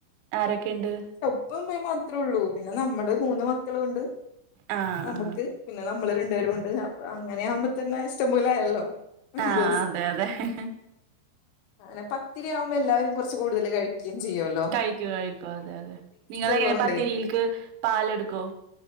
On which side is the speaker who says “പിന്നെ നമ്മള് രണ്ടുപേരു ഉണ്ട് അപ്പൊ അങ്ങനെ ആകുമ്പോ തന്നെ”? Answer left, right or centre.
Left